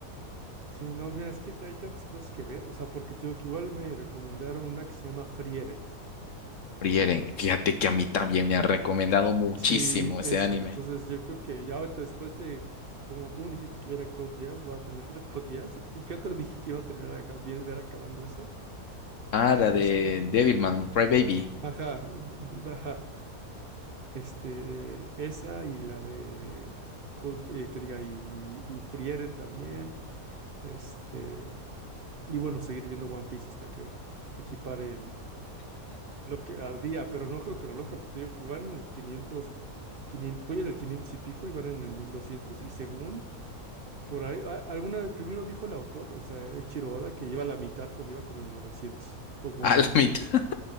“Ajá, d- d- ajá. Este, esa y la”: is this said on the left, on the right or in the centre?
Right